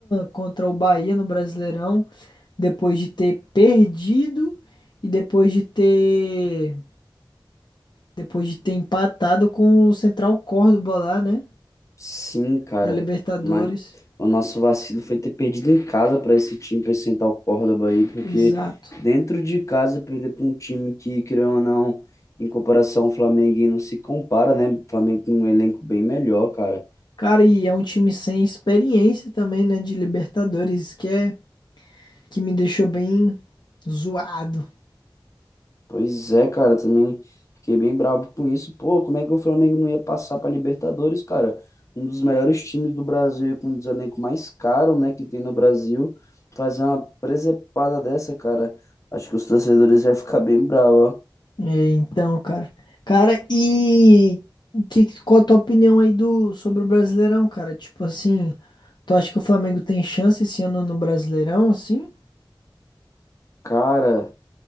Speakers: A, on the left (about 60°); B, on the left (about 35°).
A: contra o Bahia no Brasileirão, depois de ter perdido e depois de ter depois de ter empatado com o Central Córdoba lá, né,
B: Sim, cara,
A: na Libertadores.
B: mas o nosso vacilo foi ter perdido em casa para esse time, para esse Central Córdoba aí, porque
A: Exato.
B: dentro de casa perder para um time que, querendo ou não, em comparação ao Flamengo, aí não se compara, né? O Flamengo com um elenco bem melhor, cara.
A: Cara, e é um time sem experiência também, né, de Libertadores, que é que me deixou bem zoado.
B: Pois é, cara, também fiquei bem bravo com isso. Pô, como é que o Flamengo não ia passar para Libertadores, cara? Um dos melhores times do Brasil, e com um dos elencos mais caros, né, que tem no Brasil, fazer uma presepada dessa, cara. Acho que os torcedores vão ficar bem bravos, ó.
A: É, então, cara. Cara, e que, que- qual a tua opinião aí do, sobre o Brasileirão, cara? Tipo assim, tu acha que o Flamengo tem chance esse ano no Brasileirão, assim?
B: Cara,